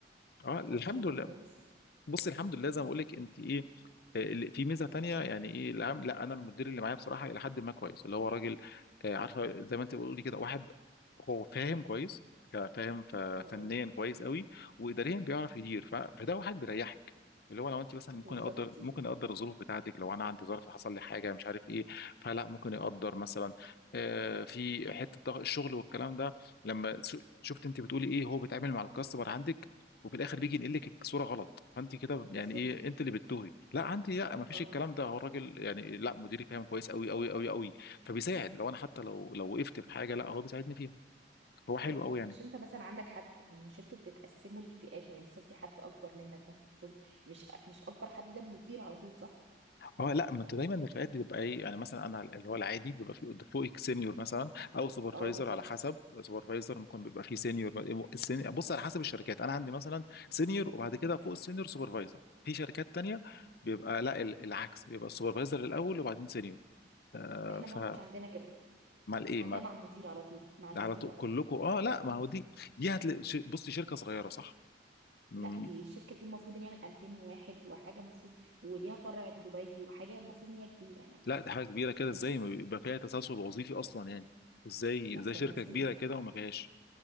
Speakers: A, on the left; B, on the right.
A: اه الحمد
B: حاسه
A: لله
B: كويس
A: بص الحمد لله زي ما بقول لك انت ايه اللي- في ميزه تانية يعني ايه العام لا انا المدير اللي معايا بصراحه الى حد ما كويس اللي هو راجل آه، عارفه زي ما انت بتقولي كده واحد هو فاهم كويس ك- فاهم ف-
B: اه اه
A: فنيا كويس قوي واداريا بيعرف يدير ف- فده واحد بيريحك اللي هو لو انت مثلا ممكن
B: بالظبط
A: يقدر ممكن يقدر الظروف بتاعتك لو انا عندي ظرف حصل لي حاجه مش عارف ايه فلا ممكن يقدر مثلا آه، في حته ضغط الشغل والكلام ده لما س- شفت انت بتقولي ايه هو بيتعامل مع الكاستمر عندك وفي الاخر بيجي ينقل لك الصوره غلط فانت كده يعني
B: بالظبط
A: ايه انت اللي بتتوهي لا عندي لا ما فيش
B: اه
A: الكلام ده هو الراجل يعني لا مديري فاهم كويس قوي قوي قوي قوي فبيساعد لو انا حتى لو لو وقفت في حاجه لا هو بيساعدني فيها هو حلو
B: اه طب
A: قوي يعني
B: مش انت مثلا عندك حد يعني مش انتوا بتتقسموا لفئات يعني مثلا في حد اكبر منك مثلا في الشغل مش مش اكبر حد ده مدير على طول صح
A: اه لا ما انت
B: يعني
A: دايما الرفقات بتبقى ايه يعني مثلا انا اللي هو العادي بيبقى في قد- فوقك سينيور مثلا او سوبرفايزر
B: اه بالظبط
A: على حسب سوبرفايزر ممكن بيبقى فيه سينيور السيني- بص على حسب الشركات انا عندي مثلا سينيور وبعد كده فوق السينيور سوبرفايزر في شركات تانية بيبقى لا ال- العكس بيبقى السوبرفايزر الاول وبعدين سينيور آه،
B: احنا
A: فمال
B: بقى ما كانش عندنا كده
A: ايه
B: احنا عندنا مع المدير على طول مع المدير
A: ده على طول
B: على
A: كلكم
B: طول
A: اه لا ما هو دي دي هتلاقي ش- بصي شركه صغيره صح مم.
B: لا دي الشركه دي المفروض ان يعمل 2001 وحاجه المفروض وليها فرع في دبي وحاجه المفروض ان هي كبيره يعني
A: لا دي حاجه كبيره كده ازاي
B: بس
A: ما بيبقى فيها تسلسل وظيفي اصلا يعني ازاي
B: لا
A: ازاي
B: ده
A: شركه
B: المفروض
A: كبيره كده وما فيهاش